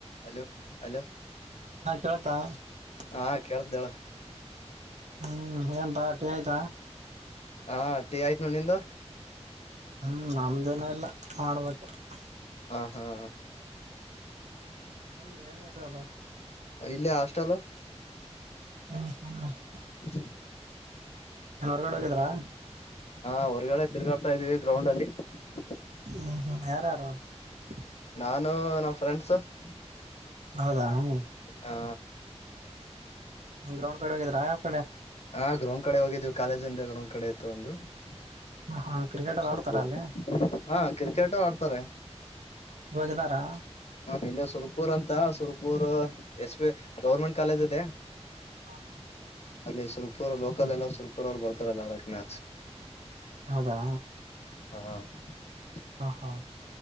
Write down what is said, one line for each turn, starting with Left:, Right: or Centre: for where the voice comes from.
Left: Hello hello? <unintelligible>
Right: ಆತ ಅಳಪ್ಪಾ? <unintelligible>
Left: ಹಾ ಕೇಳದಳ್ಳ <unintelligible>
Right: ಹೂ ಏನ್ ಪಾ ಟಿ ಆಯ್ತಾ. <unintelligible>
Left: ಆ ಟಿ ಆಯ್ತ ನಿಂದು <unintelligible>
Right: ಹೂ ನಮ್ದ ಇನ್ ಇಲ್ಲ ಮಾಡ್ಬೇಕು. <unintelligible>
Left: ಹ <unintelligible>
Right: ಹ ಎಲ್ಲಿ ಎಲ್ಲಿ ಅದನಾ? <unintelligible>
Left: ಇಲ್ಲೇ ಹಾಸ್ಟೆಲ್ <unintelligible>
Right: ಹ ಪಾ <unintelligible>
Left: <unintelligible>
Right: ಏನ್ ಹೊರಗಡೆ ಹೋಗಿದ್ರಾ? <unintelligible>
Left: ಹಾ ಹೊರಗಡೆ ತಿರ್ಗಾಡ್ತ ಇದೀವಿ ಗ್ರೌಂಡ್ ಅಲ್ಲಿ. <unintelligible>
Right: ಹು ಹು ಯಾರ ಅವರು? <unintelligible>
Left: ನಾನು ನಮ್ಮ ಫ್ರೆಂಡ್ಸ್. <unintelligible>
Right: ಹೌದಾ ಹು
Left: ಹ
Right: ಗ್ರೌಂಡ್ ಕಡೆ ಅದಿರಾ? <unintelligible>
Left: ಹಾ ಗ್ರೌಂಡ್ ಕಡೆ ಹೋಗಿದ್ವಿ ಕಾಲೇಜ್ಂದ ಗ್ರೌಂಡ್ ಕಡೆ ಇತ್ತು ಒಂದು. <unintelligible>
Right: ಹಾ ಹಾ ಕ್ರಿಕೆಟ್ ಎಲ್ಲ
Left: ಸುರ್ಪುರ್
Right: ಆಡ್ತಾರ ಅಲ್ಲಿ? <unintelligible>
Left: ಹಾ ಕ್ರಿಕೆಟು ಆಡ್ತಾರೆ. <unintelligible>
Right: ಹೋಗಿದ್ದಾರಾ
Left: ಇಲ್ಲಿ ಸುರ್ಪೂರ್ ಅಂತ ಸುರ್ಪೂರ್ ಎಸ್ ಪ ಗೌರ್ಮೆಂಟ್ ಕಾಲೇಜ್ ಇದೆ
Right: ಹ ಹಾ
Left: ಅಲ್ಲಿ ಸುರ್ಪುರ್ ಲೋಕಲ್ ಎಲ್ಲ ಸುರ್ಪುರ್ ಅವರು ಬರ್ತಾರಲ್ಲ ಹರ ಮಸ್
Right: ಹೌದಾ
Left: ಹಾ <unintelligible>
Right: ಹ ಹಾ <unintelligible>